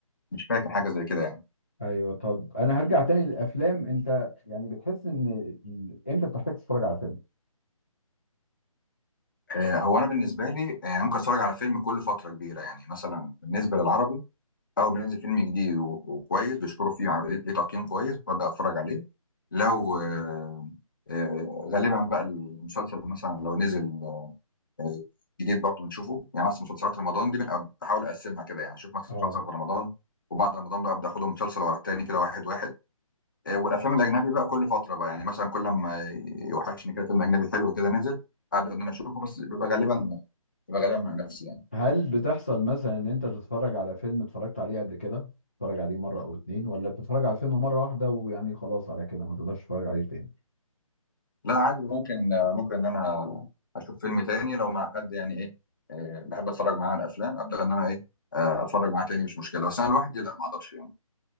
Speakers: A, on the left; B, on the left.
A: مش فاكر حاجة زي كده يعني
B: ايوه طب انا هرجع تاني للافلام انت يعني بتحس ان امتى بتحتاج تتفرج على فيلم
A: آه، هو أنا بالنسبة لي آه، يعني ممكن أتفرج على فيلم كل فترة كبيرة يعني مثلا بالنسبة للعربي أول ما ينزل فيلم جديد و- وكويس بيشكروا فيه ع- ليه تقييم كويس ببدأ أتفرج عليه لو آه، آه، غالبا بقى المسلسل مثلا لو نزل آه، جديد برضه بنشوفه يعني مثلا مسلسلات رمضان دي بنبقى بحاول اقسمها كده يعني اشوف مثلا
B: اه
A: مسلسل في رمضان وبعد رمضان بقى ابدا اخدهم مسلسل ورا التاني كده واحد واحد آه، والافلام الاجنبي بقى كل فتره بقى يعني مثلا كل ما يوحشني كده فيلم اجنبي حلو كده نزل ابدا ان انا اشوفه بس بيبقى غالبا بيبقى غالبا مع نفسي يعني
B: هل بتحصل مثلا ان انت تتفرج على فيلم اتفرجت عليه قبل كده تتفرج عليه مرة او اتنين ولا بتتفرج على الفيلم مرة واحدة ويعني خلاص على كده ما تقدرش تتفرج عليه تاني
A: لا عادي ممكن ممكن ان انا اشوف فيلم تاني لو مع حد يعني ايه آه، بحب اتفرج معاه على افلام ابدا ان انا ايه آه، اتفرج معاه تاني مش مشكله بس انا لوحدي لا ما اقدرش يعني